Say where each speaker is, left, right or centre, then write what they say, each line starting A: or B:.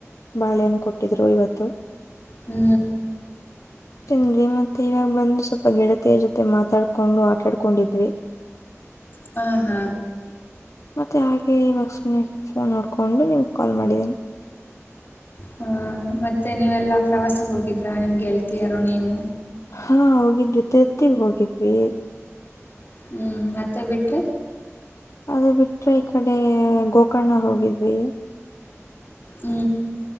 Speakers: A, on the left (about 80°); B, on the left (about 40°).
A: ಬಾಳೆಹಣ್ಣು ಕೊಟ್ಟಿದ್ರು ಇವತ್ತು.
B: ಹು
A: ತಿಂದ್ವಿ ಮತ್ತೆ ಇವಾಗ ಬಂದು ಸ್ವಲ್ಪ ಗೆಳತಿಯ ಜೊತೆ ಮಾತಾಡ್ಕೊಂಡು ಆಟಾಡ್ಕೊಂಡಿದ್ವಿ
B: ಹಾ ಹಾ
A: ಮತ್ತೆ ಹಾಗೆ ಇವಾಗ ಫೋನ್ ನೋಡ್ಕೊಂಡು ನಿಮ್ಗೆ ಕಾಲ್ ಮಾಡಿದ್ದೀನಿ
B: ಹ್ಮ ಮತ್ತೆ ನೀವೆಲ್ಲಾ ಪ್ರವಾಸ ಹೋಗಿದ್ರಾ ನಿಮ್ಮ ಗೆಳತಿಯರು ನೀವು
A: ಹಾ ಹೋಗಿದ್ವಿ ತಿರುಪತಿಗೆ ಹೋಗಿದ್ವಿ
B: ಹಾ ಮತ್ತೆ ಬಿಟ್ಟ
A: ಅದ ಬಿಟ್ರೆ ಈ ಕಡೆ ಗೋಕರ್ಣ ಹೋಗಿದ್ವಿ
B: ಹು